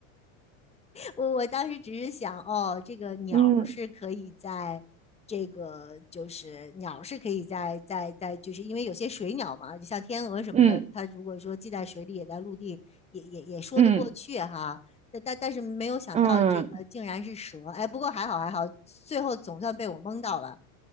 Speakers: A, on the left; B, on the right.
A: 我我当时只是想，哦，这个鸟是可以在这个就是鸟是可以在在在，
B: 嗯
A: 就是因为有些水鸟嘛，就像天鹅什么的，
B: 嗯
A: 它如果说既在水里也在陆地，也也也说得过去哈。
B: 嗯嗯。
A: 但但但是没有想到这个竟然是蛇，
B: 嗯
A: 哎，不过还好还好，最后总算被我蒙到了。